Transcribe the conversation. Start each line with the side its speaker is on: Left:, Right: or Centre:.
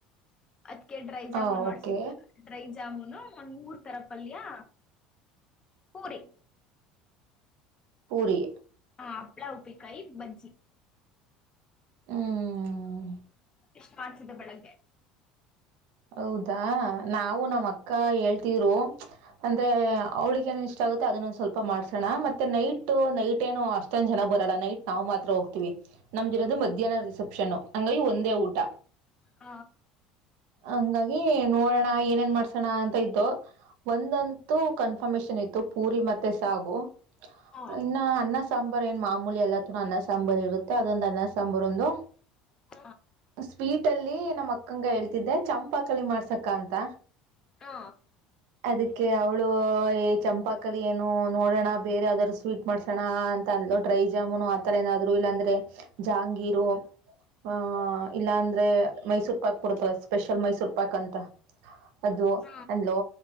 Left: ಅದ್ಕ್ಕೆ ಡ್ರೈ ಜಾಮೂನ್
Right: ಹಾ
Left: ಮಾಡ್ಸಿದ್ದ
Right: ಓಕೆ
Left: ಡ್ರೈ ಜಾಮೂನ್ ಒಂದ್ ಮೂರ್ ತರ ಪಲ್ಯ ಪೂರಿ
Right: ಪೂರಿ
Left: ಹಪ್ಪಳ ಉಪ್ಪಿನಕಾಯಿ ಬಂಜಿ
Right: ಹ್ಮ್
Left: ಎಷ್ಟು ಮಾಡಸಿದ್ದ ಬೆಳಗ್ಗೆ
Right: ಹೌದಾ ನಾವು ನಮ್ಮ್ ಅಕ್ಕ ಹೇಳ್ತಿದ್ರು ಅಂದ್ರೆ ಅವ್ಳಿಗೆ ಏನನ್ ಇಷ್ಟ ಆಗುತ್ತೆ ಅದನ್ನೊಂದ ಸ್ವಲ್ಪ ಮಾಡ್ಸೋಣ ಮತ್ತೆ ನೈಟ್ ನೈಟ್ ಏನು ಅಷ್ಟೊಂದ ಜನ ಬರೋಲ್ಲ ನೈಟ್ ನಾ್ ಮಾತ್ರ ಹೋಗ್ತೀವಿ ನಮ್ <unintelligible> ರೋದು ಮಧ್ಯಾಹ್ನದ ರಿಸ ಆಷನ್ನು ಹಂಗಾಗಿ ಒಂದೇ ಊಟ
Left: ಹ
Right: ಹಂಗಾಗಿ ನೋಡೋಣ ಏನೇನ್ ಮಾಡ್ಸೋಣ ಅಂತ ಇದ್ದು ಒಂದಂತೂ ಕನ್ಫರ್ಮೇಶನ್ ಇತ್ತು ಪೂರಿ ಮತ್ತೆ ಸಾಗು
Left: ಹ
Right: ಇನ್ನ ಅನ್ನ ಸಾಂಬಾರ ಏನ್ ಮಾಮೂಲಿ ಎಲ್ಲ ಅನ್ನ ಸಾಂಬಾರ ಇರುತ್ತೆ ಅದೊಂದು ಅನ್ನ ಸಾಂಬಾರ ಒಂದು
Left: ಹ
Right: ಸ್ವೀಟ್ ಅಲ್ಲಿ ನಮ್ಮ ಅಕ್ಕಗೆ ಹೇಳ್ತ ಚಂಪಾಕಳಿ ಮಾಡ್ಸಕ್ಕ ಅಂತ
Left: ಹಾ
Right: ಅದಕ್ಕೆ ಅವ್ಳು ಚಂಪಾಕಳಿ ಏನು ನೋಡೋಣ ಬೇರೆ ಯಾವ್ದಾದಾರರು ಸ್ವೀಟ್ ಮಾಡ್ಸೋಣ ಅಂತ ಅಂದ್ ಡ್ರೈ ಜಾಮೂನು ಆತರ ಏನಾದ್ರು ಇಲ್ಲಾಂದ್ರೆ ಜಹಾಂಗೀರು ಆ ಇಲ್ಲಾ ಅಂದ್ರೆ ಮೈಸೂರು ಪಾಕ್ ಬರುತ್ತಲ್ಲ ಸ್ಪೆಷಲ್ ಮೈಸೂರು ಪಾಕ್ ಅಂತ ಅದು
Left: ಹ ಹ
Right: ಅಂದ್ಲು